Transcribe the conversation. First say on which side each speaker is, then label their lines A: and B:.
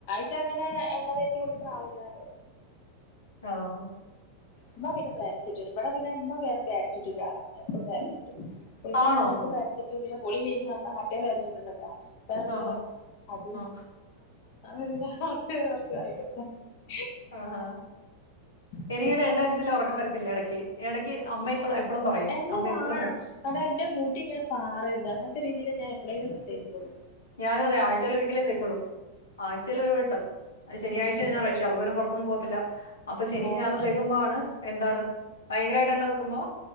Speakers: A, on the left; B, on the left.
A: റ്റഅങ്ങനെ എണ്ണ തേച്ച് കുളിക്ക്ണ ആളല്ലാതെ
B: ആഹ്ഹാ
A: ഇമ്മ പിന്നെ പാര <unintelligible> ട്ട് ഇവടെ പിന്നെ ഇമ്മ പാര <unintelligible> എപ്പഴും പാര <unintelligible> ട്ട് കുളിക്കാൻ
B: ആണോ
A: പോവുമ്പളും പാര <unintelligible> ട്ട് പിന്നെ കുളി കയിഞ്ഞ് വന്നാ മറ്റേ പാര <unintelligible> ട്ട്ണ്ടല്ലോ വെറൊരു
B: ആഹാ
A: കളറ് അത്
B: ആ
A: അല്ല അത് കൊർച്ച് <unintelligible>
B: ആഹ്
A: കൊടുത്ത
B: എനിക്കൊരു എണ്ണ വെച്ചല്ലേ ഒറക്കം വരത്തില്ല എടയ്ക്ക് എടക്ക്യ് അമ്മ ഇപ്പള
A: ആഹ്
B: എപ്പളും പറയും
A: എണ്ണ
B: അമ്മ
A: വാണം
B: എപ്പളും പറയും
A: കാരണം എന്റെ മുടി ഇങ്ങനെ പാറരുത് അങ്ങൻത്തെ രീതില് ഞാ എപ്പളേങ്കിലൊന്ന് തേക്കുള്ളൂ
B: ഞാനും അതെ ആഴ്ച്ചേലൊരിക്കലേ തേക്കുളൂ ആഴ്ചയിലൊരു വട്ടം അത് ശനി ആഴ്ച
A: അതെ
B: ഞാറഴ്ച്ച അപ്പൊ പിന്നെ പൊറത്തൊന്നും പോവത്തില്ല അപ്പൊ ശെനി
A: അതെ
B: ഞായറു തേക്കുമ്പാണ് എന്താണ് ഭയങ്കരായിട്ട് എണ്ണ വെക്കുമ്പോ